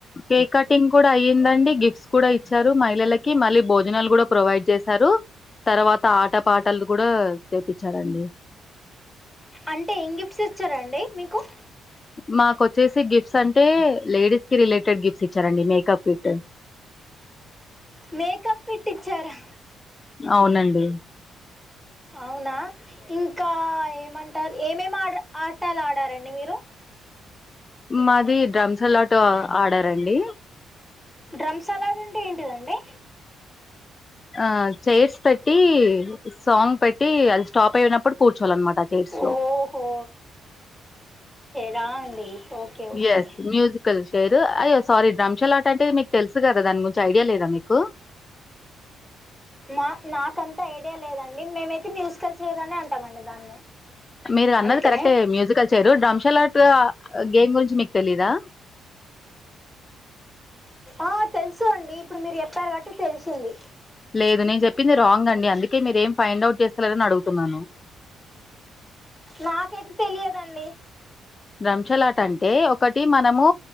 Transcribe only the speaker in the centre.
అంటే ఏం గిఫ్ట్స్ ఇచ్చారండి మీకు
మేకప్ కిట్ ఇచ్చారా
అవునా ఇంకా ఏమంటారు ఏమేం ఆడార్ ఆటాలు ఆడారండి మీరు
డ్రమ్స్ సలాడ్ అంటే ఏంటిదండి
ఓహో దా అండి okay okay
మా నాకంతా ఐడియా లేదండి మేమ మ్యూజికల్ చైర్ అనే అంటామండి దాన్ని
అందుకనే
ఆ తెలుసు అండి ఇప్పుడు మీరు చెప్పారు గట్టి తెలిసింది
నాకైతే తెలియదండి